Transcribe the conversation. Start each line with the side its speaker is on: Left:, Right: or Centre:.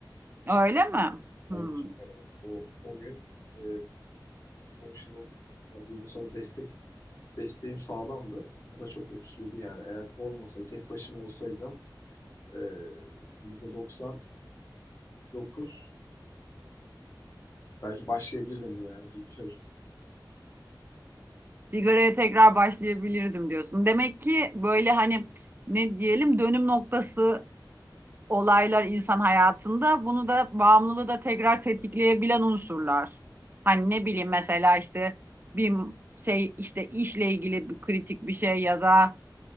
Left: Bir
Right: Öyle
Left: şey
Right: mi? Hmm.
Left: bence çok önemli. O, o gün e, emotional yani duygusal destek desteğim sağlamdı. O da çok etkiledi yani. Eğer olmasaydı tek başıma olsaydım e, yüzde doksan dokuz belki başlayabilirdim yani bilmiyorum.
Right: Sigaraya tekrar başlayabilirdim diyorsun. Demek ki böyle hani ne diyelim dönüm noktası olaylar insan hayatında bunu da bağımlılığı da tekrar tetikleyebilen unsurlar. Hani ne bileyim mesela işte bir şey işte işle ilgili bir kritik bir şey ya da